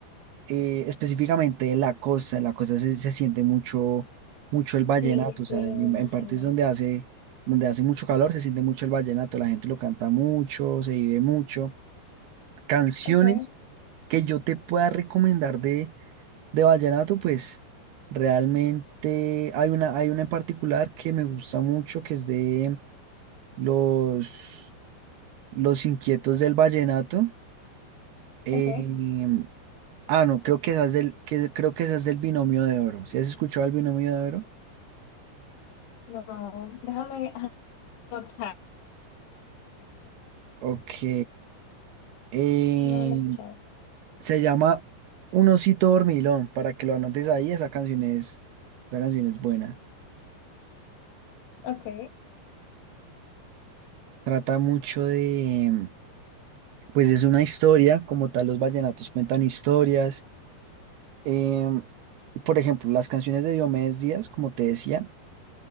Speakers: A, on the right; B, on the left.
A: eh, específicamente de la costa. En la costa se, se siente mucho, mucho el vallenato,
B: Sí, sí,
A: o sea,
B: me
A: en,
B: imagino.
A: en partes donde hace, donde hace mucho calor se siente mucho el vallenato, la gente lo canta mucho, se vive mucho. Canciones
B: Ok,
A: que yo te pueda recomendar de, de vallenato, pues realmente hay una, hay una en particular que me gusta mucho, que es de los, los Inquietos del Vallenato Eh,
B: ok.
A: ah, no, creo que esa es del, que, creo que esa es del binomio de oro. ¿Si has escuchado el binomio de oro?
B: No, déjame anotar.
A: Ok. Eh,
B: No, no he escuchado.
A: se llama Un osito dormilón, para que lo anotes ahí, esa canción es, esa canción es buena.
B: Ok,
A: Trata mucho de, em, pues es una historia, como tal los vallenatos cuentan historias. Eh, por ejemplo, las canciones de Diomedes Díaz, como te decía,